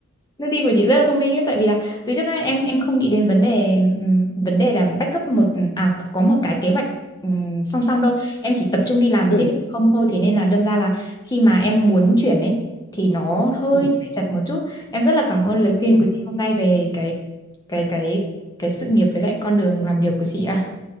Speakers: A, on the left; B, on the left.
A: Nước đi của chị rất là thông minh ấy tại vì là từ trước đến nay em em không nghĩ đến vấn đề ừm, vấn đề là backup một à có một cái kế hoạch ừm, song song đâu em chỉ tập trung đi làm
B: ừ,
A: tiếp việc không thôi thế nên là đâm ra là khi mà em muốn chuyển ấy thì nó hơi
B: ừ,
A: chạy chật một chút em rất là cảm ơn lời khuyên
B: ừ.
A: của chị hôm nay về cái cái cái cái sự nghiệp với lại con đường làm việc của chị ạ